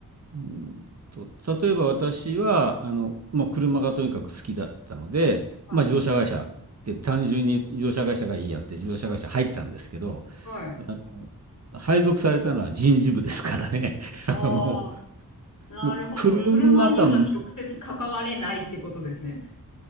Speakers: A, on the right (about 45°); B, on the left (about 55°).
A: うんと、例えば私はあの、まあ、車がとにかく好きだったので、
B: はい。
A: まあ、自動車会社って単純に自動車会社がいいやって自動車会社入ってたんですけど、
B: はい。
A: あの配属されたのは人事部ですからね、<laughs> あのも
B: ああ、なるほど。
A: う、もう車とは
B: 車には直接関われないってことですね。